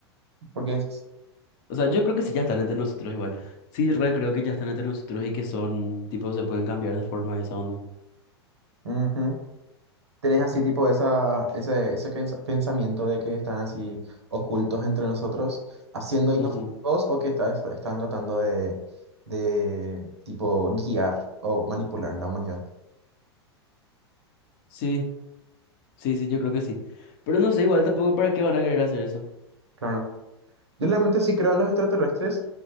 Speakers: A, on the right; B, on the left.
A: Porque es,
B: O sea, yo creo que sí ya están entre nosotros igual. Sí, re creo que ya están entre nosotros y que son, tipo, se pueden cambiar de forma de esa onda.
A: Ujú. Tenés así tipo esa, ese, ese pens- pensamiento de que están así ocultos entre nosotros, haciendo inofensivos
B: Ujú.
A: o que ta- están tratando de, de tipo guiar o manipular la humanidad.
B: Sí, sí, sí, yo creo que sí. Pero no sé, igual tampoco para qué van a querer hacer eso.
A: claro Yo realmente sí creo en los extraterrestres,